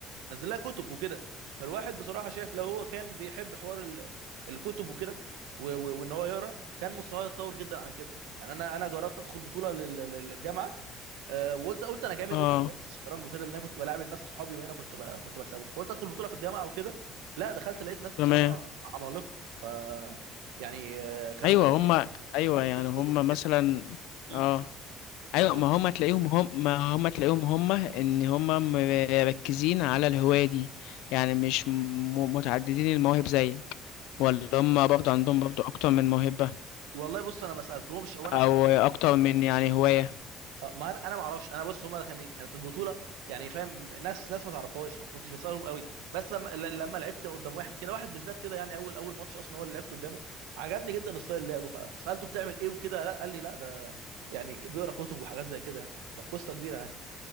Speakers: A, on the right; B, on the left.
A: نزل لها كتب وكده فالواحد بصراحه شايف لو هو كان بيحب حوار ال- الكتب وكده و- و- وان هو يقرا كان مستواه يتطور جدا عن كده يعني انا انا جربت ادخل بطوله لل- لل- للجامعه آه، وقلت قلت انا جامد
B: اه
A: قلت انا جامد في الشطرنج وكده لان انا كنت بلاعب الناس صحابي وهنا كنت ب- كنت بكسبهم قلت ادخل بطوله في الجامعه وكده لا دخلت لقيت ناس
B: تمام
A: بصراحه عمالقه ف يعني آه، كانوا
B: ايوه
A: جامدين
B: هم ايوه
A: وكانوا
B: يعني
A: قاريين
B: هم
A: كتب وكده
B: مثلا
A: مم.
B: اه
A: بالظبط
B: ايوه ما هم تلاقيهم هم ما هم تلاقيهم هم ان هم مركزين على الهوايه دي يعني مش م- متعددين المواهب زيك ولا
A: بالظبط.
B: هم برضه عندهم برضه اكتر من موهبه
A: والله بص انا ما سالتهمش او انا
B: او
A: سالتهم
B: اكتر من يعني هوايه
A: آه، ما انا انا ما اعرفش انا بص هم كانت البطوله يعني فاهم ناس ناس ما تعرفهاش فما كنتش بسالهم قوي بس لما ل- لما لعبت قدام واحد كده واحد بالذات كده يعني اول اول ماتش اصلا هو اللي لعبت قدامه عجبني جدا ستايل لعبه فسالته بتعمل ايه وكده لا قال لي لا ده يعني بيقرا كتب وحاجات زي كده يعني فقصه كبيره يعني